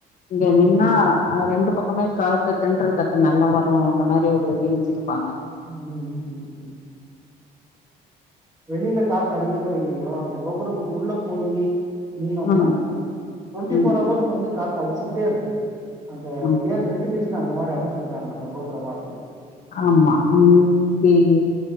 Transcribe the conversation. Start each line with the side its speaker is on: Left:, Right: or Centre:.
Left: இங்க நின்னா
Right: ம்
Left: அ ரெண்டு பக் சமயோ காத்து தென்றல் காத்து நல்லா வரு அந்த மாரி ஒரு எழுஞ்சிட்ருப்பாங்க
Right: ம் ம் ம் வெளியில காத்து அடிக்குதோ இல்லையோ அந்த கோபுரத்துக்கு உள்ள போயி முட்னம்னா
Left: ம்
Right: டூவெண்ட்டி ஃபோர்
Left: ம்
Right: ஹவர்ஸ் வந்து காத்து அடிச்சிக்கிட்டே இருக் அந்த
Left: ஆ
Right: ஏர் வென்டிலேஷன் அந்த மாரி அமைச்சிருக்காங்க அந்த கோபுர வாசல்
Left: ஆமா அந்தேலியே